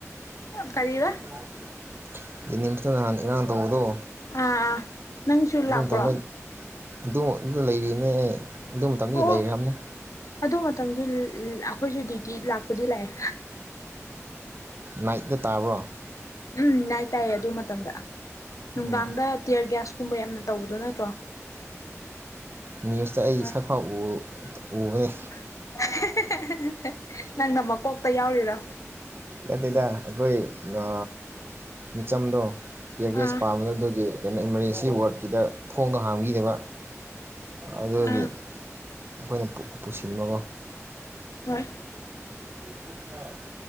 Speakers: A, on the right; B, on the left.
A: <unintelligible>
B: ꯀꯔꯤꯕ
A: ꯖ‌ꯦꯅꯤꯁꯇꯥ ꯅꯍꯥꯟ ꯏꯔꯥꯡ ꯇꯧꯕꯗꯣ
B: ꯑꯥ ꯑꯥ ꯅꯪꯁꯨ
A: ꯑꯗꯨ
B: ꯂꯥꯛꯄ꯭ꯔꯣ
A: ꯃꯇꯝꯗ ꯑꯗꯨ ꯑꯗꯨ ꯂꯩꯔꯤꯅꯦ ꯑꯩ ꯑꯗꯨ ꯃꯇꯝꯗꯒꯤ
B: ꯑꯣ
A: ꯂꯩꯔꯕꯅꯤ
B: ꯑꯗꯨ ꯃꯇꯝꯗꯨ ꯑꯩꯈꯣꯏꯁꯨ ꯗ꯭ꯌꯨꯇꯤ ꯂꯥꯛꯄꯗꯤ ꯂꯥꯛꯑꯦ
A: ꯅꯥꯏꯠ ꯇꯥ ꯇꯥꯕ꯭ꯔꯣ
B: ꯎꯝ ꯅꯥꯏꯠ ꯇꯥꯏꯌꯦ ꯑꯗꯨ ꯃꯇꯝꯗ ꯅꯨꯡꯗꯥꯡꯗ
A: ꯑꯣ
B: ꯇꯤꯌꯔꯒ꯭ꯌꯥꯁ ꯀꯨꯝꯕ ꯌꯥꯝꯅ ꯇꯧꯕꯗꯣ ꯅꯠꯇ꯭ꯔꯣ
A: ꯅ꯭ꯌꯨꯁꯇ ꯑꯩꯒꯤ
B: ꯍꯣꯏ
A: ꯁꯛꯐꯥꯎꯕ ꯎꯕꯅꯦ
B: <unintelligible> ꯃꯀꯣꯛꯇ ꯌꯥꯎꯔꯤꯔꯣ
A: ꯅꯠꯇ‌ꯦꯗ ꯑꯩꯈꯣꯏ ꯅ ꯃꯤꯆꯝꯗꯣ ꯇꯤꯌꯔꯒꯦꯖ
B: ꯑꯥ
A: ꯄꯥꯝꯕꯗꯣ ꯑꯗꯨꯒꯤ ꯀꯩꯅꯣ ꯏꯪꯂꯤꯁꯀꯤ‌ ꯋꯥꯔꯗꯀꯤꯗ ꯊꯣꯡꯗ ꯍꯥꯝꯕꯤꯗꯕ ꯑꯗꯨꯒꯤ
B: ꯑꯥ
A: ꯑꯩꯈꯣꯏꯅ ꯄꯨꯁꯤꯟꯕꯀꯣ
B: ꯍꯣꯏ
A: ꯋꯥ <unintelligible>